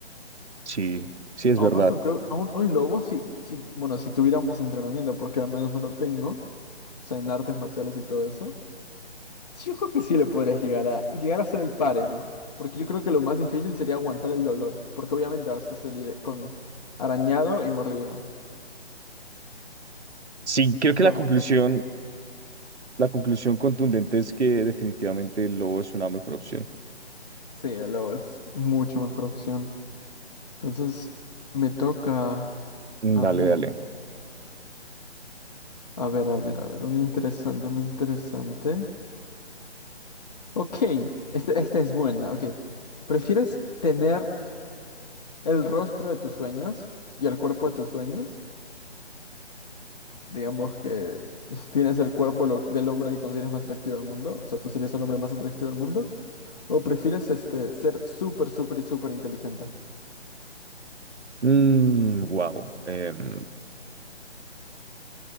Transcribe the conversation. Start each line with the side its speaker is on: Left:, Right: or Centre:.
Right: sí, sí es
Left: A
Right: verdad.
Left: un oso creo, a un, a un lobo si, si, bueno, si tuviéramos entrenamiento, porque al menos no lo tengo, o sea, en artes marciales y todo eso. Sí, yo creo que sí le podrías llegar a, llegar a hacer el pare, ¿no? Porque yo creo que lo más difícil sería aguantar el dolor, porque obviamente vas a salir con arañado y mordido.
Right: Sí, creo
Left: Y
Right: que
Left: si
Right: la
Left: aguantas
Right: conclusión, la conclusión contundente es que definitivamente el lobo es una mejor opción.
Left: Sí, el lobo es mucho mejor opción. Entonces, me toca
Right: Mm,
Left: a
Right: Dale,
Left: mí.
Right: dale.
Left: A ver, a ver, a ver. Un interesante, un interesante. Ok, este- esta es buena. Ok. ¿Prefieres tener el rostro de tus sueños y el cuerpo de tus sueños? Digamos que <laughs> tienes el cuerpo lo- del hombre que consideras más atractivo del mundo. O sea, tú serías el hombre más atractivo del mundo. ¿O prefieres este, ser súper, súper y súper inteligente?
Right: Mm, wow. em,